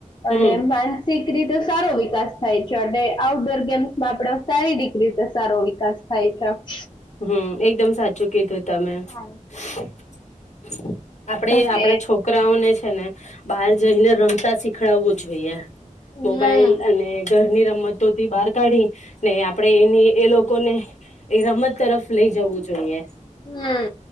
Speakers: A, on the left; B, on the left.
A: હમ
B: અને માનસિક. રીતે સારો વિકાસ. થાય છે અને આઉટડોર. માં આપડ સારી દીગરી રીતે સારો વિકાસ થાય છે.
A: હમ એકદમ સાચું કીધું તમે.
B: હા
A: <inaudible> આપણેે
B: એટલે
A: આપણા છોકરાઓને. છે <unintelligible> બહાર જઈને રમતા શીખ. દખડાવવું જ હોઈએ.
B: હમ
A: મોબાઈલ અને ઘરની રમતોથી બાર. કાઢી ને આપણે એની એ લોકોને એ રમત. તરફ લઈ જવું જોઈએ.
B: હમ